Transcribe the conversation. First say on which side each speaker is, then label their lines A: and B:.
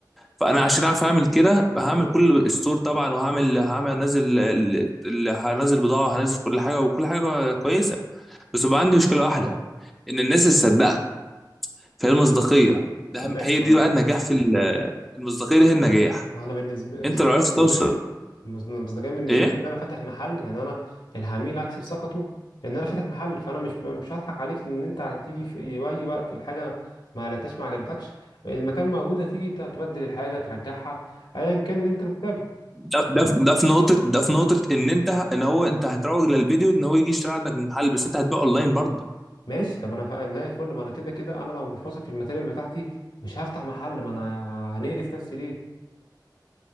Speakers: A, in the centre; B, on the left (about 80°).
A: فانا عشان اعرف اعمل كده هعمل كل ستور طبعا وهعمل هعمل هنزل ال- ال- هنزل بضاعه هنزل كل حاجه وكل حاجه كويسه بس بقى عندي مشكله واحده ان الناس تصدقك فهي المصداقيه ده
B: طب
A: أهم-
B: ماشي
A: هي دي
B: ما انا
A: بقى النجاح في ال- المصداقيه دي هي النجاح
B: ما انا بالنسبه المصداقيه
A: انت لو عرفت
B: بالنسبه
A: توصل
B: لي المص- المصداقيه بالنسبه
A: ايه
B: لي ان انا فاتح محل يعني انا العميل اكسب ثقته ان انا فاتح محل فانا مش مش هضحك عليك لان انت هتيجي في اي وقت الحاجه ما قلتهاش ما عجبتكش المكان موجود هتيجي ت- تبدل الحاجه ترجعها ايا كان اللي انت محتاجه
A: ده ده في ده في نقطة ده في نقطة إن أنت ه- إن هو أنت هتروج للفيديو إن هو يجي يشتري عندك من محل بس أنت هتبيع أونلاين برضه
B: ماشي طب انا فا- زي الفل ما انا كده كده انا لو مش واثق في الماتيريال بتاعتي مش هفتح محل ما انا هنقرف نفسي ليه